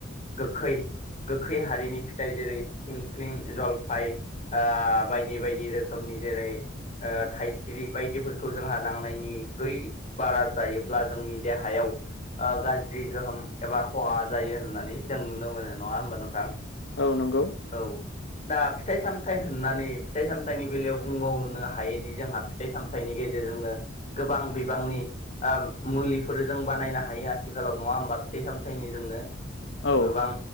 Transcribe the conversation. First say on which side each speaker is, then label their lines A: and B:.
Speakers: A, on the left; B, on the left.
A: गोखै गोखै हारिनि फिथाइ जेरै सिंख्लिं जलफाइ ओ बायदि बायदि रोखोमनि जेरै थाइसिरि बायदिफोरखौ जोंहा नांनायनिख्रुइ बारा जायोब्ला जोंनि देहायाव ओ गाज्रि गोहोम एबा खहा जायो होननानै जों नुनो मोनो नङा ओमबा नोंथां।
B: औ नंगौ।
A: औ दा फिथाइ सामथाइ होननानै फिथाइ सामथाइनि बेलायाव बुंबावनो हायोदि जोंहा फिथाइ सामथाइनि गेजेरजोंनो। गोबां बिबांनि ओ मुलिफोर जों बानायनो हायो आथिखालाव नङा ओमबा फिथाइ सामथाइनि जोंनो
B: औ
A: गोबां